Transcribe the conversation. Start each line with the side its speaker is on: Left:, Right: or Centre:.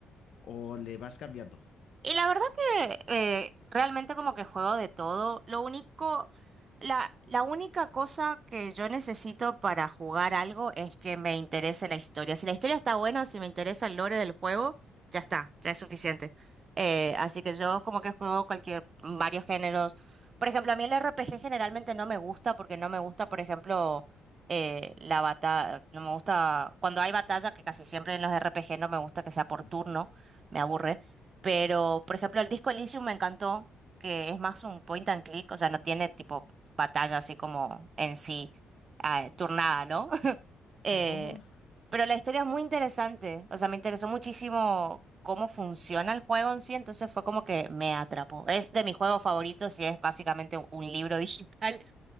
Left: o le vas cambiando?
Right: Y la verdad que eh, realmente como que juego de todo. Lo único, la, la única cosa que yo necesito para jugar algo es que me interese la historia. Si la historia está buena, si me interesa el lore del juego, ya está, ya es suficiente. Eh, así que yo como que juego cualquier, varios géneros. Por ejemplo, a mí el RPG generalmente no me gusta porque no me gusta, por ejemplo, eh, la batalla, no me gusta, cuando hay batalla, que casi siempre en los RPG no me gusta que sea por
Left: Ujú.
Right: turno, me aburre. Pero, por ejemplo, el disco Elysium me encantó, que es más un point and click, o sea, no tiene tipo batalla así como en sí, ah, turnada, ¿no? <laughs>
Left: <laughs>
Right: Eh,
Left: No.
Right: pero la historia es muy interesante, o sea, me interesó muchísimo cómo funciona el juego en sí, entonces fue como que me atrapó. Es de mis juegos favoritos y es básicamente un libro <laughs> digital,